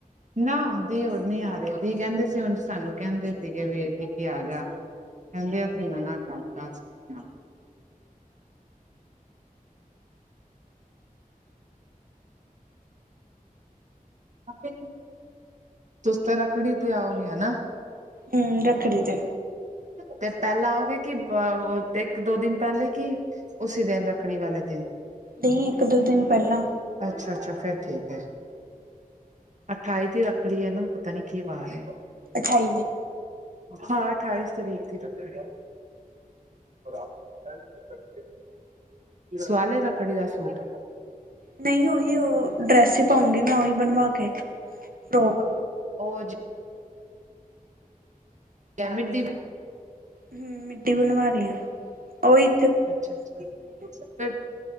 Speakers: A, on the right; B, on the right.
A: ਨਾ, ਦੀ ਹੁਣ ਨੀ ਆ ਰਏ। ਦੀ ਕਹਿੰਦੇ ਸੀ, ਉਂਝ ਸਾਨੂੰ ਕਹਿੰਦੇ ਸੀਗੇ ਵੀ, ਜੀ ਕੇ ਆ ਜਾ। ਕਹਿੰਦੇ ਅਸੀਂ ਮਨਾ ਕਰਤਾ ਸੀਗਾ। <unintelligible> ਤੁਸੀਂ ਤਾਂ ਰੱਖੜੀ 'ਤੇ ਆਉਗੇ, ਹਨਾ?
B: ਹਮ, ਰੱਖੜੀ ਤੇ।
A: ਤੇ ਪਹਿਲਾਂ ਆਓਗੇ ਕੇ ਪ ਅ ਇੱਕ-ਦੋ ਦਿਨ ਪਹਿਲੇ ਕੀ ਉਸੀ ਦਿਨ, ਰੱਖੜੀ ਵਾਲੇ ਦਿਨ?
B: ਨਹੀਂ, ਇੱਕ-ਦੋ ਦਿਨ ਪਹਿਲਾਂ।
A: ਅੱਛਾ ਅੱਛਾ, ਫੇਰ ਠੀਕ ਐ। ਅਠਾਈ ਦੀ ਰੱਖੜੀ ਐ ਨਾ?, ਪਤਾ ਨੀ ਕੀ ਵਾਰ ਐ।
B: ਅੱਠਾਈ ਦੀ।
A: ਹਾਂ, ਅਠਾਈਸ ਤਾਰੀਕ ਦੀ ਰੱਖੜੀ <unintelligible> ਸਵਾਲਿਆ ਰੱਖੜੀ ਦਾ ਸੂਟ?
B: ਨਹੀਂ, ਉਹੀ, ਉਹ ਡ੍ਰੇਸ ਹੀ ਪਾਉਂਗੀ ਮੈਂ, ਓਹੀ ਬਣਵਾ ਕੇ, ਫਰੋਕ।
A: ਉਹ ਜ ਕੈਮੀਡੀ ਮ
B: ਹਮ, ਮੀਡੀ ਬਣਵਾ ਲਈ ਆ, ਓਇ
A: ਅੱਛਾ ਅੱਛਾ, ਪਰ